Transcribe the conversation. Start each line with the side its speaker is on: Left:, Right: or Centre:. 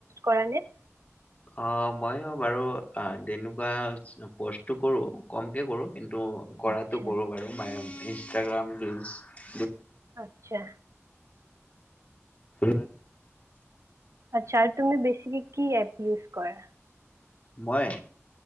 Right: কৰা নে?
Left: অ' মই বাৰু তেনেকুৱা পষ্টটো কৰো কমকে কৰো। কিন্তু কৰাতটো
Right: আচ্ছা
Left: কৰোঁ বাৰু ইনষ্টাগ্ৰাম ৰীলছ
Right: আচ্ছা।
Left: <inaudible>
Right: আচ্ছা আৰু তুমি বেছি কি এপ ইউজ কৰা?
Left: মই